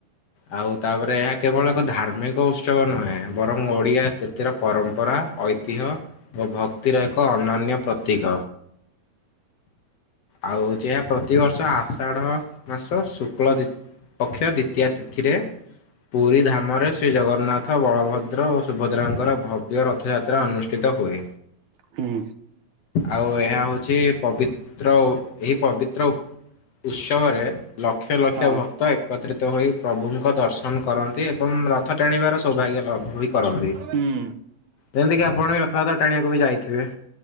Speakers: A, on the left (about 60°); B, on the right (about 75°).
A: ଆଉ ତାପରେ ଏହା କେବଳ ଏକ ଧାର୍ମି କ ଉତ୍ସବ ନୁହେଁ ବରଂ ଓଡ଼ିଆ ସେଥିର ପରମ୍ପରା ଐ ଅ ଓ ଭକ୍ତିର ଏକ ଅନନ୍ୟ ପ୍ରତୀକ। ଆଉ ହୋଉଛି ଏହା ପ୍ରତିବର୍ଷ ଆଷାଢ଼ ମାସ ଶୁକ୍ଳ ଦି ପକ୍ଷ ଦିତୀୟା ତିଥିରେ ପୁରୀ ଧାମରେ ଶ୍ରୀ ଜଗନ୍ନା ଥ, ବଳଭଦ୍ର ଓ ସୁଭଦ୍ରାଙ୍କର ଭବ୍ୟ ରଥଯାତ୍ରା ଅନୁଷ୍ଠିତ ହୁଏ।
B: ହୁଁ
A: ଆଉ ଏହା ହୋଉଛି ପବିତ୍ର ଓ ଏହି ପବିତ୍ର ଉ ଉତ୍ସବରେ ଲକ୍ଷ ଲକ୍ଷ
B: ହଁ
A: ଭକ୍ତ ଏକତ୍ରିତ ହୋଇ ପ୍ରଭୁଙ୍କ ଦର୍ଶନ କରନ୍ତି ଏବଂ ର ଥ ଟାଣିବାର ସୌଭାଗ୍ୟ ଲାଭ ବି କରନ୍ତି।
B: ହୁଁ
A: ଯେମିତିକି ଆପଣ ବି ରଥଯାତ୍ରା ଟାଣିବାକୁ ବି ଯାଇଥିବେ।